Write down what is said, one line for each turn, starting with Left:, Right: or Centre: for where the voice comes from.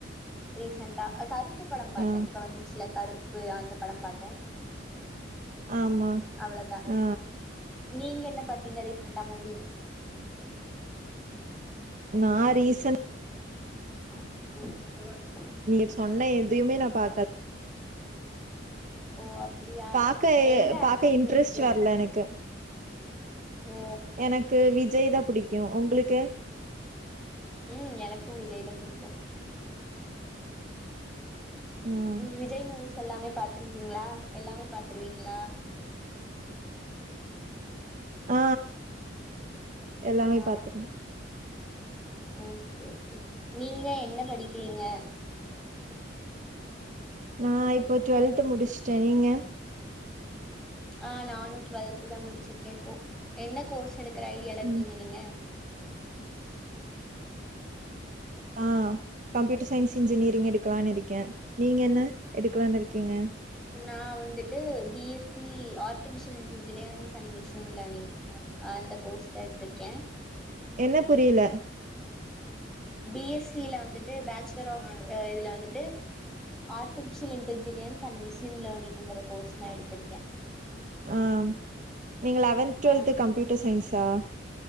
Centre: ரீசன்டா கருப்பு படம் பாத்தே
Right: ஆ
Centre: இப்போ வந்துச்சுல கருப்பு அந்த படம் பாத்தே
Right: ஆமா
Centre: அவ்ளோதா
Right: ஆ
Centre: நீங்க என்ன பாத்தீங்க ரீசன்டா மூவி
Right: நா ரீசன்
Centre: <unintelligible>
Right: நீ சொன்ன எதையமே நான் பாக்க
Centre: ஓ அப்டியா
Right: பாக்க
Centre: எந்த
Right: பாக்க
Centre: ஆக்டர்
Right: இன்ட்ரெஸ்ட்
Centre: புடிக்கு
Right: வரல எனக்கு
Centre: ஓ
Right: எனக்கு விஜய் தா புடிக்கும் உங்களுக்கு
Centre: ம் எனக்கும் விஜய் த புடிக்கு
Right: ம்
Centre: விஜய் மூவிஸ் எல்லாமே பாத்துருக்கீங்களா எல்லாமே பாத்துருவீங்களா
Right: ஆ எல்லாமே
Centre: ஆ
Right: பாத்துருங்க
Centre: ஓகே ஓகே நீங்கள என்ன படிக்கிறீங்க
Right: நா இப்போ டுவெல்த் முடிச்சுட்டேன் நீங்க
Centre: ஆ நானும் டுவெல்து தா முடிச்சிருக்கேன் இப்போ என்ன கோர்ஸ் எடுக்கிற ஐடியால இருக்கீங்க
Right: ம்
Centre: நீங்க
Right: ஆ கம்ப்யூட்டர் சயின்ஸ் இன்ஜினியரிங் எடுக்கலான்னு இருக்கே நீங்க என்ன எடுக்கலான்னு இருக்கீங்க
Centre: நா வந்துட்டு B S C artificial intelligence and மிஷன்ல லேர்னிங் அந்த கோர்ஸ் தா எடுத்திருக்கே
Right: என்ன புரில
Centre: பி எஸ் சி ல வந்துட்டு பேச்சுலர் ஆஃப் இதுல வந்துட்டு artificial intelligence and machine learning ஒரு கோர்ஸ னா எடுத்ருகேன்
Right: ஆ நீங்க லெவன்த் டுவெல்து
Centre: ஆ
Right: கம்ப்யூட்டர் சயின்ஸா